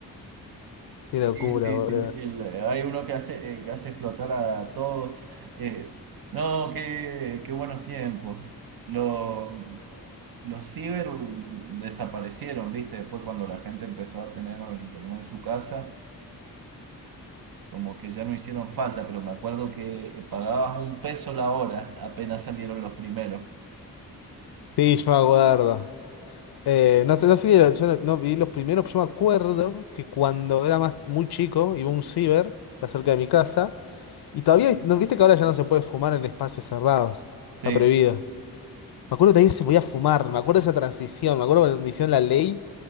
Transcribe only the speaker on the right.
sí,
sí,
sí, sí, el- hay uno que hace, eh, que hace explotar a todos. Eh, no, qué, qué buenos tiempos. Lo, Los ciber desaparecieron, ¿viste? Después cuando la gente empezó a tener internet en su casa, como que ya no hicieron falta, pero me acuerdo que pagabas un peso la hora, apenas salieron los primeros.
Sí.